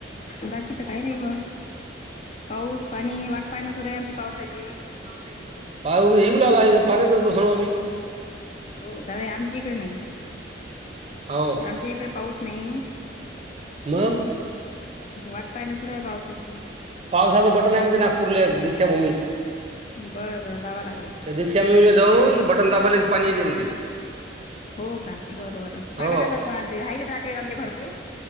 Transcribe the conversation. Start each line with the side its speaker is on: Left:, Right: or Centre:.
Left: बाकी त काई नाही ब पाऊस पाणी वाट पाय ना सुरू आहे आमची पावसाची.
Right: पाऊस हाय कि? पाऊ येऊ लालाय पाण्यातच बसलो आम्ही.
Left: हो का आमच्या इकडे नाही.
Right: हो
Left: आमच्या इकडे पाऊस नाही.
Right: म.
Left: ता वाट पाहणं सुरू आहे पावसाची.
Right: पावसाचं बटन आहे ना ते नागपूरला दीक्षाभूमीत.
Left: बरं बरं जावा लागल.
Right: त्या दिक्षा मिच्या जवळून बटन दाबाला की पाणी येते म्हणजे.
Left: हो का बरं बरं सांगायलागल
Right: हो
Left: कोणाला तरी आहे त नाते आमचे भरपूर.